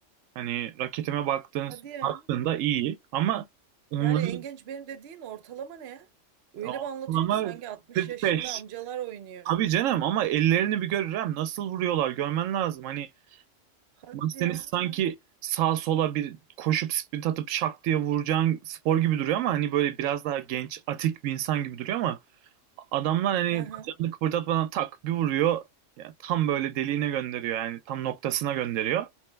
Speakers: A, on the right (about 85°); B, on the right (about 60°).
A: Hani raketime baktığın,
B: Hadi ya.
A: baktığında iyi ama onların
B: Yani en genç benim dediğin ortalama ne ya? Öyle
A: ortalama
B: bir anlatıyorsun ki sanki 60
A: 45.
B: yaşında amcalar oynuyor.
A: Tabii canım ama ellerini bir görürem nasıl vuruyorlar görmen lazım. Hani
B: Hadi
A: Mastenis
B: ya.
A: sanki sağ sola bir koşup sprint atıp şak diye vuracağın spor gibi duruyor ama hani böyle biraz daha genç, atik bir insan gibi duruyor ama adamlar hani
B: Hı hı.
A: bacağını kıpırdatmadan tak bir vuruyor. Yani tam böyle deliğine gönderiyor yani tam noktasına gönderiyor.